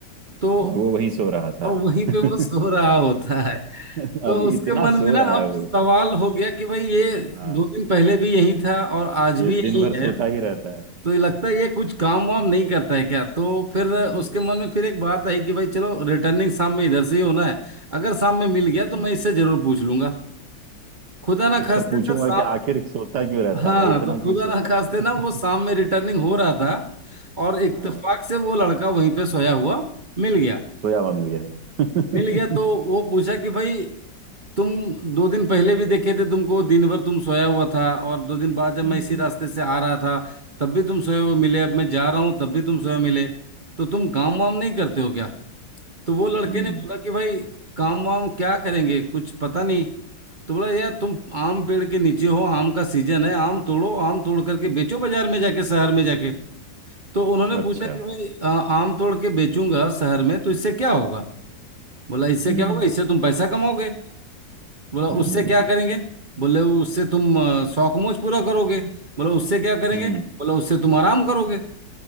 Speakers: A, on the right (about 40°); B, on the right (about 65°).
A: तो
B: और वो वहीं सो रहा था
A: और वहीं
B: <laughs>
A: पे वो सो रहा होता है
B: अब
A: तो उसके
B: इतना
A: मन
B: सो
A: में ना
B: रहा
A: अब
B: है वो
A: सवाल हो गया कि भाई ये
B: हाँ
A: दो दिन पहले भी यही था और आज
B: ये
A: भी यही
B: दिन भर
A: है
B: सोता ही रहता है
A: तो ये लगता है ये कुछ काम वाम नहीं करता है क्या तो फिर
B: हम्म
A: उसके मन में फिर एक बात आई कि भाई चलो रिटर्निंग शाम में इधर से ही होना है अगर शाम में मिल गया
B: हम्म।
A: तो मैं इससे जरूर पूछ लूंगा खुदा ना
B: इससे
A: खास्ते
B: पूछूंगा
A: सर शाम
B: कि आखिर सोता क्यों रहता
A: हाँ
B: है भाई इतना
A: तो
B: क्यों
A: खुदा
B: सोता
A: ना खास्ते
B: है
A: ना वो
B: <laughs>
A: शाम में रिटर्निंग हो रहा था और इत्तेफाक
B: हाँ
A: से वो लड़का वहीं पे सोया हुआ मिल गया
B: सोया हुआ मिल गया
A: मिल गया तो
B: <laughs>
A: वो पूछा कि भाई तुम दो दिन पहले भी देखे थे तुमको दिन भर तुम सोया हुआ था और दो दिन बाद जब
B: हम्म
A: मैं इसी रास्ते से आ रहा था तब भी तुम सोए हुए मिले अब मैं जा रहा हूँ तब भी तुम सोए मिले तो तुम काम वाम नहीं करते हो क्या तो वो लड़के
B: हम्म
A: ने बोला कि भाई काम वाम क्या करेंगे कुछ पता नहीं तो बोला यार तुम आम पेड़ के नीचे हो आम का सीजन है आम तोड़ो आम तोड़ करके बेचो बाजार में जाके शहर में जाके तो उन्होंने
B: अच्छा
A: पूछा कि भाई आ, आम तोड़ के बेचूंगा शहर में तो इससे क्या होगा बोला इससे
B: हम्म
A: क्या होगा इससे तुम पैसा कमाओगे बोला
B: हम्म
A: उससे क्या करेंगे बोले उससे तुम अ, शौक मौज पूरा करोगे बोला उससे क्या करेंगे
B: हम्म
A: बोला उससे तुम आराम करोगे